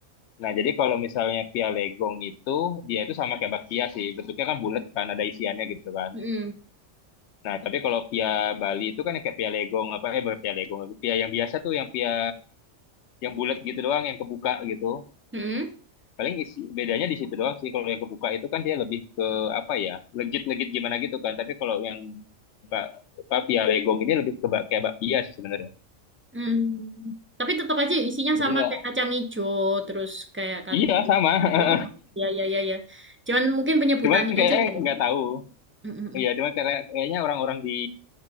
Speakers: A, on the left (about 65°); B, on the right (about 15°).
A: Nah jadi kalau misalnya pialegong itu dia itu sama kayak bakpia sih bentuknya kan bulat kan ada isiannya gitu kan.
B: Mm-mm.
A: Nah, tapi kalau pia Bali itu kan yang kayak pia legong apa eh bukan pia legong lagi. Pia yang biasa tuh yang pia yang bulat gitu doang yang kebuka gitu.
B: Mm-mm.
A: Paling isi, bedanya di situ doang sih. Kalau yang kebuka itu kan dia lebih ke apa ya? Legit-legit gimana gitu kan. Tapi kalau yang ba- apa pia legong ini lebih ke bak- kayak bakpia sih sebenarnya.
B: Mm. Tapi tetap aja isinya
A: Jadi
B: sama
A: nggak
B: kayak kacang hijau, terus kayak kacang...
A: Iya, sama. <laughs>
B: Oh, ya, ya, ya, ya. Cuman mungkin penyebutannya
A: Cuman kayaknya
B: aja yang...
A: nggak tahu.
B: Mm-mm.
A: Iya, cuman kayak- kayaknya orang-orang di